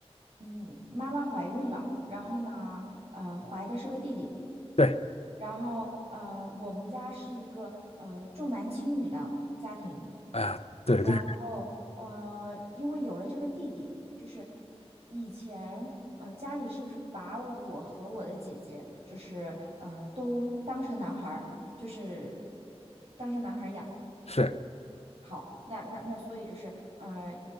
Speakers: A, on the right; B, on the left.
A: 嗯，妈妈怀孕了，然后呢，呃，怀的是个弟弟，
B: 对，
A: 然后呃，我们家是一个呃重男轻女的家庭，
B: 哎呀，对对
A: 然后呃，因为有了这个弟弟，就是以前呃家里是不是把我和我的姐姐就是呃都当成男孩儿，就是当成男孩儿养。
B: 是，
A: 好，那那那，所以就是，呃，